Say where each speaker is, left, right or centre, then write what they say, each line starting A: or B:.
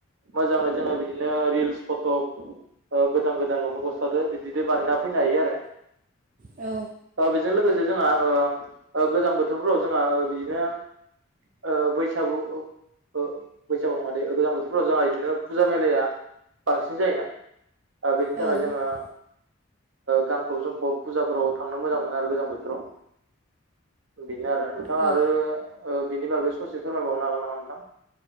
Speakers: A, on the right; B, on the right.
A: मोजाङै जोङो बिदिनो रिल्स फट' गोदान गोदान लंपेन गस्लादो बिदिनो बानायना फै फैनो हायो आरो
B: औ
A: ओ बेजों लोगोसे जों आ ओ गोजां बोथोरफोराव जोंहा ओ बिदिनो ओ बैसागु ओ बैसागु नङादे गोजां बोथोरफ्राव जोंहा बिदिनो फुजा मेलाया बांसिन जायोना? बेनि
B: औ
A: थाखाय जोङो गानफब जोमफब फुजाफोराव थांनो मोजां मोनो आरो गोजां बोथोराव। बेनो आरो नोंथाङा
B: औ
A: आरो बिनि बागै ससे फोरमायबावनो हागोन नामा नोंथां?